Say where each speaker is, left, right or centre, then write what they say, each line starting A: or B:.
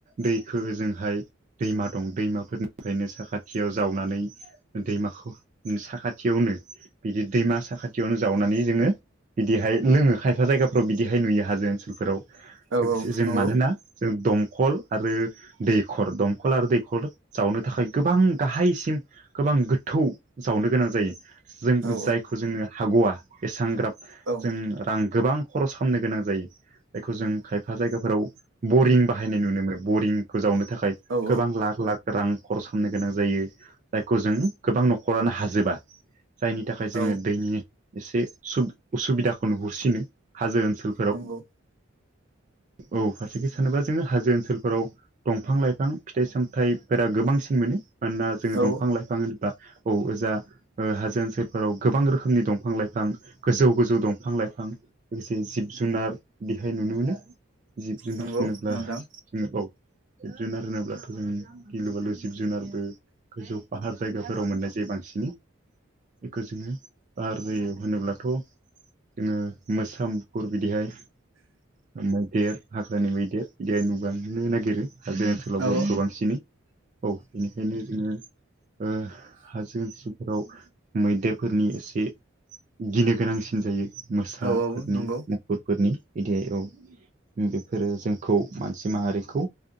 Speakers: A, on the right (about 40°); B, on the right (about 75°).
A: दैखो ओजोंहाय दैमा दं दैमाफोरनिफ्रायनो साखाथियाव जावनानै दैमाखौ साखाथियावनो बिदि दैमा साखाथियावनो जावनानै जोङो बिदिहाय लोङो खायफा जायगाफ्राव बिदिहाय नुयो हाजो ओनसोलफोराव।
B: औ
A: लोगोसे
B: औ
A: जों
B: नंगौ
A: मानोना जों दमखल आरो दैखर दंखल आरो दैखर हर जावनो थाखाय गोबां गाहायसिम गोबां गोथौ जावनो गोनां जायो जों
B: औ
A: जायखौ जोङो हागौवआ एसां ग्राब
B: औ
A: जों रां गोबां खरस खालामामनो गोनां जायो जायखौ जों खायफा जायगाफोराव बरिं बाहायनाय नुनो मोनो बरिंखौ जावनो थाखाय
B: औ
A: गोबां लाख लाख रां खरस खालामनो गोनां जायो जायखौ जों गोबां न'खरानो हाजोबा जायनि थाखाय जोङो
B: औ
A: दैनि एसे उसुबिदाखौ नुहरसिनो हाजो ओनसोल
B: नंगौ
A: औ फारसेथि सानोबा जोङो हाजो ओनसोलफोराव दंफां लाइफां फिथाइ सामथायाइफोरा गोबांसिन मोनो मानोना जोङो
B: औ
A: दंफां लाइफां होनोब्ला औजा हाजों ओनसोलफोराव गोबां रोखोमनि दंफां लाइफां गोजौ गोजौ दंफां लाइफां लोगोसे जिब जुनार बेहाय नुनो मोनो जिब जुनार
B: नंगौ
A: होनोब्ला
B: नोंथां
A: जोङो औ जिब जुनार होनोब्लाथ' जों गिलु बालु जिब जुनार गोजौ फाहार जायगाफोराव मोननाय जायो बांसिन बेखौ जोङो फाहार जायो होनोब्लाथ' जोङो मोसामुफुर बिदिहाय मैदेर हाग्रानि मैदेर बिदि नुुबांनो नागिरो आरो जों ओनसोलावबो
B: औ
A: गोबांसिनै औ बेनिखायनो जोङो हाजो ओनसोलफोराव मैदेरफोरनि एसे गिनो गोनांसिन जायो मोसाफोरनि
B: औ औ नंगौ
A: गुरफोरनि बिदियाव बेफोरो जोंखौ मानसि माहारिखौ